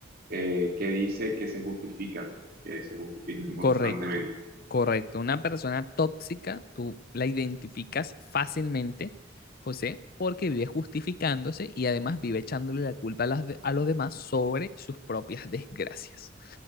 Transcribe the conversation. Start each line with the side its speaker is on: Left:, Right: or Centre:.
Right: eh, que dice que se justifican, que se justifican constantemente.
Left: Correcto, correcto. Una persona tóxica, tú la identificas fácilmente, José, porque vive justificándose y además vive echándole la culpa a, las de- a los demás sobre sus propias desgracias.